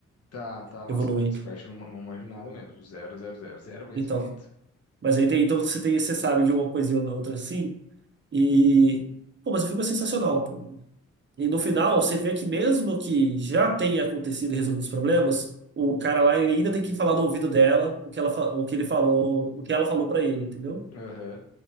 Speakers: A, on the left; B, on the right.
A: Tá, tá, nossa,
B: evoluem.
A: essa parte eu não, não manjo nada mesmo, zero, zero, zero, zero conhecimento.
B: Então, mas aí tem, então você tem, você sabe de uma coisinha ou da outra assim, e pô, mas o filme é sensacional, pô. E no final você vê que mesmo que já tenha acontecido e resolvido os problemas, o cara lá ele ainda tem que falar no ouvido dela o que ela, fa- o que ele falou, o que ela falou para ele, entendeu?
A: Aham.